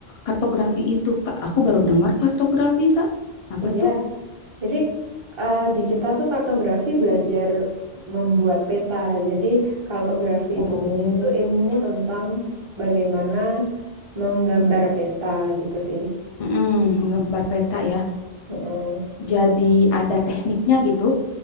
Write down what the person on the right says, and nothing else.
Iya,
jadi eh, di kita tuh kartografi belajar membuat peta. Jadi kartografi
itu sendiri tuh ilmu tentang bagaimana menggambar peta gitu sih.
Heeh.